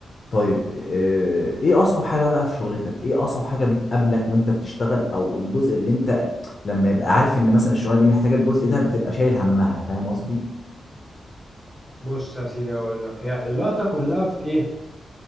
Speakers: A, on the left; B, in the centre.
A: طيب آه، ايه اصعب حاجه بقى في شغلتك ايه اصعب حاجه بتقابلك وانت بتشتغل او الجزء اللي انت لما يبقى عارف ان مثلا الشغلانه دي محتاجه الجزء ده بتبقى شايل همها فاهم قصدي
B: بص يا سيدي أقول لك هي اللقطة كلها في إيه